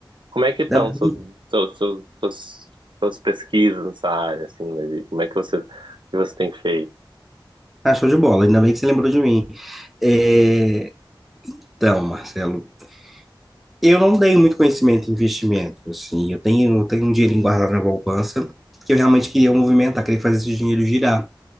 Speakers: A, on the right; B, in the centre.
A: Como é que estão
B: Ainda
A: suas,
B: bem-
A: suas, suas, suas- suas pesquisas nessa área, assim, Levi? Como é que você, que você tem feito?
B: Ah, show de bola, ainda bem que você lembrou de mim. É, Então, Marcelo, eu não tenho muito conhecimento em investimento, assim, eu tenho, tenho um dinheirinho guardado na poupança, porque eu realmente queria movimentar, queria fazer esse dinheiro girar.